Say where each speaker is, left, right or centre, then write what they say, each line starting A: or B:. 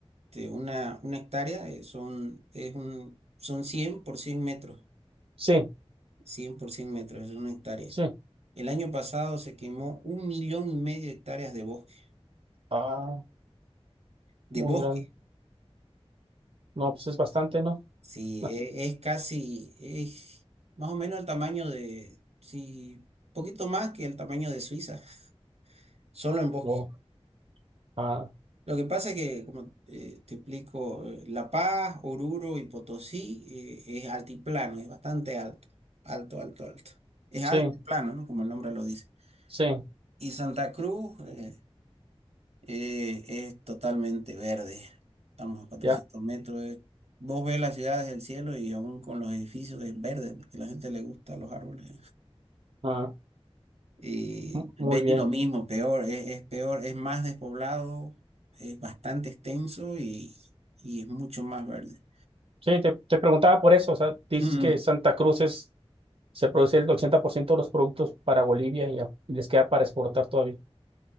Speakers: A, on the right (about 80°); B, on the right (about 60°).
A: este, una, una hectárea, Eh, son, es un, son cien por cien metros,
B: Sí,
A: cien por cien metros, es una hectárea.
B: sí.
A: El año pasado se quemó un millón y medio de hectáreas de bosque.
B: Ah,
A: De
B: muy
A: bosque.
B: grande. No, pues es bastante, ¿no?
A: Sí,
B: <laughs>
A: e- es, casi, es más o menos el tamaño de, sí, poquito más que el tamaño de Suiza, solo en bosque.
B: Wow. Ah,
A: Lo que pasa es que, como eh, te explico, eh, La Paz, Oruro y Potosí eh, es altiplano, es bastante alto, alto, alto, alto. Es
B: sí,
A: alto y plano, ¿no? Como el nombre lo dice.
B: sí,
A: Y Santa Cruz eh, eh, es totalmente verde. Estamos a cuatrocientos
B: ya.
A: metros. eh. Vos ves las ciudades del cielo y aún con los edificios es verde, porque a la gente le gustan los árboles.
B: Ah,
A: Y
B: m- muy
A: Beni
B: bien.
A: lo mismo, peor, es, es peor, es más despoblado, es bastante extenso y, y es mucho más verde.
B: Sí, te, te preguntaba por eso. O sea, dices
A: Mm,
B: que Santa Cruz es, se produce el 80% de los productos para Bolivia y, a- y les queda para exportar todavía.